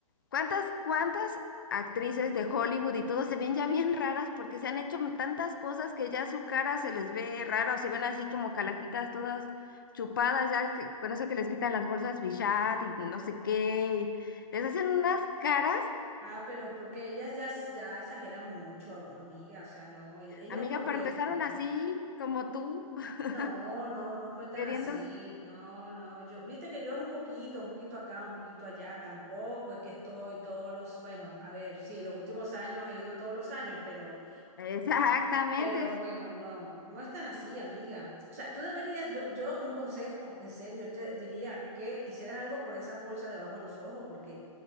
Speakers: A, on the left; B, on the right.
A: ¿Cuántas, cuántas actrices de Hollywood y todo se ven ya bien raras porque se han hecho tantas cosas que ya su cara se les ve rara o se ven así como calaquitas todas chupadas ya que- con eso que les quitan las bolsas Bichat y no sé qué. y les hacen unas caras,
B: Ah, pero porque ellas ya, ya exageran mucho, amiga, o sea, no, ellas
A: amiga,
B: porque
A: pero empezaron
B: sí.
A: así como tú, <laughs>
B: No, no, no fue tan
A: queriendo.
B: así. No, no, yo, viste que yo es un poquito, un poquito acá, un poquito allá, tampoco es que estoy todos los, bueno, a ver, sí, los últimos años he ido todos los años, pero,
A: Exactamente.
B: pero bueno, no, no es tan así, amiga. O sea, tú deberías, yo, yo un consejo, en serio, yo te diría que hicieras algo por esas bolsas debajo de los ojos, porque